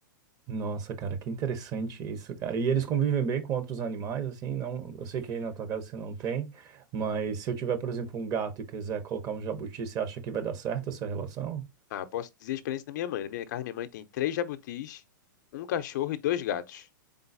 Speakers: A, on the right; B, on the left.
A: Nossa, cara, que interessante isso, cara. E eles convivem bem com outros animais, assim, não, eu sei que aí na tua casa você não tem, mas se eu tiver, por exemplo, um gato e quiser colocar um jabuti, você acha que vai dar certo essa relação?
B: Ah, posso dizer a experiência da minha mãe. Na minha casa, minha mãe tem três jabutis, um cachorro e dois gatos.